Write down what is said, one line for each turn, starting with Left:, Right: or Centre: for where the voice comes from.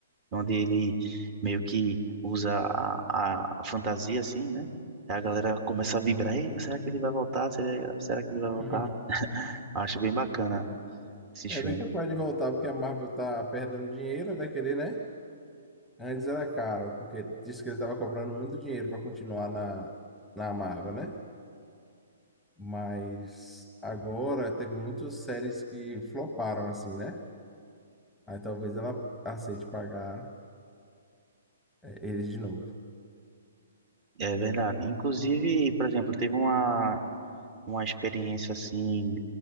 Right: onde ele meio que usa a, a, a fantasia, assim, né? Aí a galera começa a vibrar, Eita, será que ele vai voltar? Será, será que ele vai voltar?
Centre: <laughs>
Right: Acho bem bacana esse
Centre: É
Right: filme.
Centre: bem capaz de voltar, porque a Marvel tá perdendo dinheiro, vai querer, né? Antes era caro, porque disse que ele estava cobrando muito dinheiro para continuar na, na Marvel, né? Mas agora teve muitas séries que floparam, assim, né? Aí talvez ela aceite pagar é, eles de novo.
Right: É verdade. Inclusive, por exemplo, teve uma, uma experiência assim